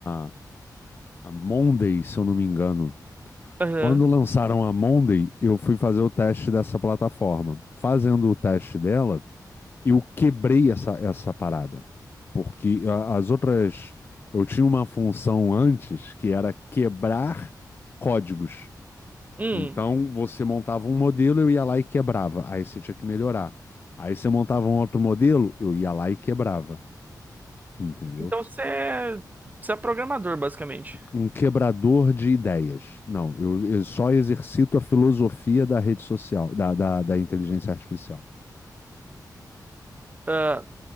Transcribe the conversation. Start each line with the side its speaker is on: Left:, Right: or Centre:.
Left: a, a Monday, se eu não me engano.
Right: Aham.
Left: Quando lançaram a Monday, eu fui fazer o teste dessa plataforma. Fazendo o teste dela, eu quebrei essa, essa parada. Porque a- as outras. Eu tinha uma função antes que era quebrar códigos.
Right: Hum.
Left: Então, você montava um modelo, eu ia lá e quebrava. Aí você tinha que melhorar. Aí você montava um outro modelo, eu ia lá e quebrava. Entendeu?
Right: Então você é, você é programador, basicamente.
Left: Um quebrador de ideias. Não, eu, eu só exercito a filosofia da rede social, da, da, da inteligência artificial.
Right: Ah,